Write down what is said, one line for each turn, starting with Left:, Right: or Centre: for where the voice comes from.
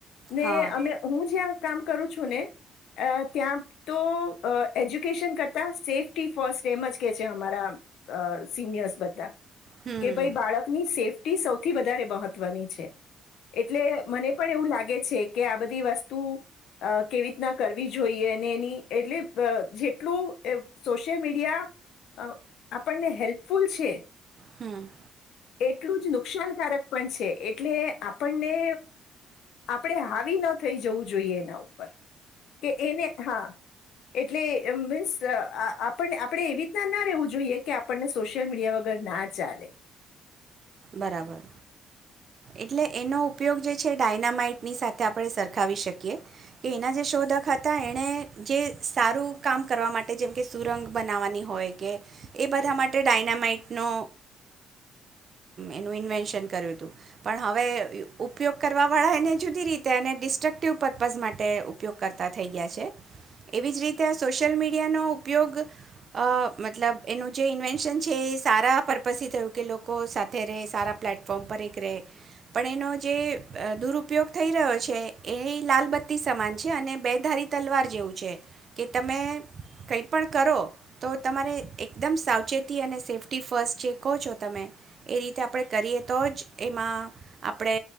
Left: ને
Right: હા
Left: અમે હું જ્યાં કામ કરું છું ને ત્યાં તો એડયુકેશન કરતા સેફ્ટી ફસ્ટ એમજ કે છે, અમારા સિનિયર્સ બધા
Right: હમ
Left: કે ભાઈ બાળકની સેફ્ટ સૌથી વધારે મહત્વની છે, એટલે મને પણ એવું લાગે છે, કે આ બધી વસ્તુ અ કેવી રીતના કરવી જોઈએ અને એની એટલે અ જેટલું સોશિયલ મીડિયા અ આપણને હેલ્થ ફૂલછે.
Right: હમ
Left: એટલું જ નુકસાનકારક પણ છે, એટલે આપણને આપણે હાવી ન થઈ જવું જોઈએ એના ઉપર કે એને હા એટલે મીન્સ આપ આપણે આપણેએવી રીતના ના રહેવું જોઈએ કે આપણને સોશિયલ મીડિયા વગર ના ચાલે
Right: બરાબર એટલે એનો ઉપયોગ જે છે, ડાયનામાઈટની સાથે આપણે સરખાવી શકીએ કે એના જે શોધક હતા એણે જે સારું કામ કરવા માટે જેમકે સુરંગ બનાવવાની હોય કે એ બધા માટે ડાયનામાઈટનો એનું ઇન્વેન્શન કર્યું હતું પણ હવે ઉપયોગ કરવાવાળા એને જુદી રીતે એને વિનાશક હેતુ માટે ઉપયોગ કરતા થઈ ગયા છે, એવી જ રીતે સોશિયલ મીડિયાનો ઉપયોગ અ મતલબ એનું જે ઇન્વેન્શન છે, એ સારા પર્પઝથી થયું કે લોકો સાથે સાથે ર સારા પ્લેટફોર્મ પર એક રહે પણ એનો જે દુરુપયોગ થઈ રહ્યો છે, એ લાલબત્તી સમાન છે, અને બે ધારી તલવાર જેવું છે, કે તમે કંઈ પણ કરો તો તમારે એકદમ સાવચેતી અને સેફ્ટી ફસ્ટ જે કહો છો તમે એ રીતે આપણે કરીએ તો જ એમાં આપણે